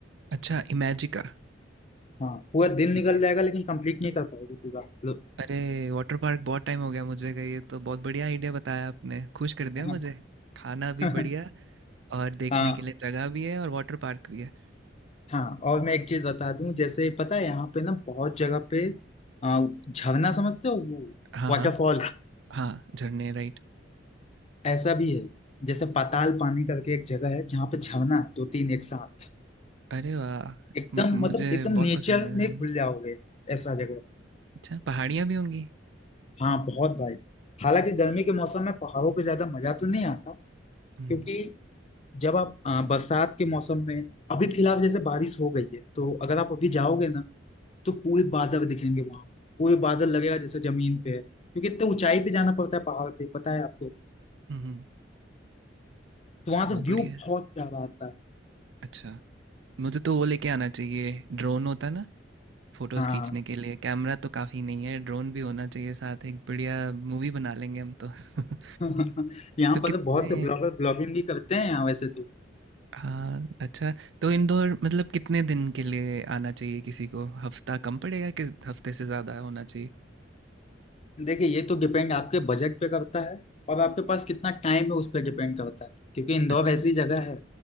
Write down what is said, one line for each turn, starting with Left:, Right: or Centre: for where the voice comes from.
Right: अच्छा इमेजिका
Left: हाँ पूरा दिन
Right: ठीक
Left: निकल
Right: है
Left: जाएगा लेकिन कंप्लीट नहीं कर पाओगे पूरा लो
Right: अरे वाटर पार्क बहुत टाइम हो गया मुझे गए ये तो बहुत बढ़िया आइडिया बताया आपने खुश कर दिया
Left: हाँ
Right: मुझे खाना भी
Left: <laughs>
Right: बढ़िया और देखने
Left: हाँ
Right: के लिए जगह भी है और वाटर पार्क भी है
Left: हाँ और मैं एक चीज बता दूं जैसे पता है यहाँ पे ना बहुत जगह पे आ, झरना समझते हो वो
Right: हाँ
Left: वाटरफॉल
Right: हाँ हाँ झरने राइट
Left: ऐसा भी है जैसे पाताल पानी करके एक जगह है जहाँ पे झरना है दो तीन एक साथ
Right: अरे वाह
Left: एकदम
Right: म-
Left: मतलब
Right: मुझे
Left: एकदम
Right: बहुत
Left: नेचर
Right: पसंद है हाँ।
Left: में घुल जाओगे ऐसा जगह
Right: अच्छा पहाड़ियाँ भी होंगी
Left: हाँ बहुत भाई हालांकि गर्मी के मौसम में पहाड़ों पे ज्यादा मजा तो नहीं आता
Right: हम्म
Left: क्योंकि जब आप अ, बरसात के मौसम में अभी फिलहाल जैसे बारिश हो गई है तो अगर आप अभी जाओगे ना तो पूरे बादल दिखेंगे वहां पूरे बादल लगेगा जैसे जमीन पे है क्योंकि इतने ऊंचाई पे जाना पड़ता है पहाड़ पे पता है आपको
Right: हम्म,
Left: तो वहां
Right: तो बहुत
Left: से व्यू
Right: बढ़िया है
Left: बहुत प्यारा आता है
Right: अच्छा मुझे तो वो लेके आना चाहिए ड्रोन होता ना फोटोज
Left: हाँ
Right: खींचने के लिए कैमरा तो काफ़ी नहीं है ड्रोन भी होना चाहिए साथ एक बढ़िया मूवी बना लेंगे हम तो <laughs>
Left: <laughs> यहाँ
Right: तो
Left: पर
Right: कितने
Left: तो बहुत ब्लॉगर ब्लॉगिंग भी करते हैं यहाँ वैसे तो
Right: हाँ, अच्छा तो इंदौर मतलब कितने दिन के लिए आना चाहिए किसी को? हफ्ता कम पड़ेगा कि हफ्ते से ज़्यादा होना चाहिए?
Left: देखिए ये तो डिपेंड आपके बजट पे करता है और आपके पास कितना टाइम है उस पर डिपेंड करता है क्योंकि इंदौर
Right: अच्छा।
Left: ऐसी जगह है